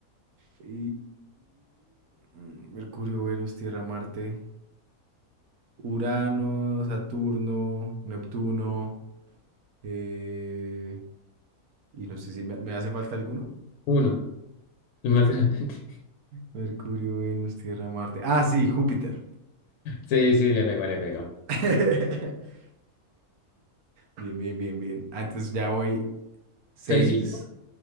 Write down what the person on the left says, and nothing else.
Uno, <laughs> el más grande. <laughs>
Sí, sí, le pegó, le pegó.
¿Seis, cinco?